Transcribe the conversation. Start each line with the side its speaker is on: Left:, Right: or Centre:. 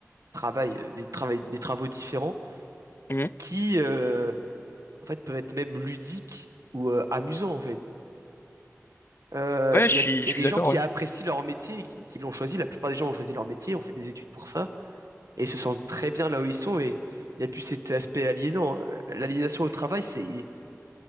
Right: travail, euh, des, travail- des travaux différents
Left: Mhm.
Right: qui, euh, en fait, peuvent être même ludiques ou euh, amusants, en fait. Euh,
Left: Ouais,
Right: Il
Left: je
Right: y
Left: suis,
Right: a, il y
Left: je
Right: a
Left: suis
Right: des
Left: d'accord,
Right: gens qui
Left: ouais.
Right: apprécient leur métier, et qui, qui l'ont choisi. La plupart des gens ont choisi leur métier, ont fait des études pour ça. et se sentent très bien là où ils sont et il n'y a plus cet aspect aliénant. Euh, L'aliénation au travail, c'est